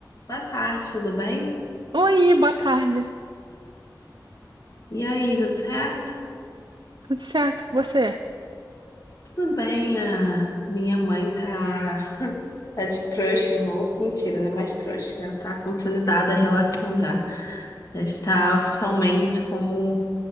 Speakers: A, on the left; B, on the right.
A: Boa tarde, tudo bem?
B: Oi, boa tarde.
A: E aí, tudo certo?
B: Tudo certo com você?
A: Tudo bem, a minha mãe tá, <laughs> tá de crush em novo. Mentira, não é mais crush, já tá consolidada a relação já. Já está oficialmente como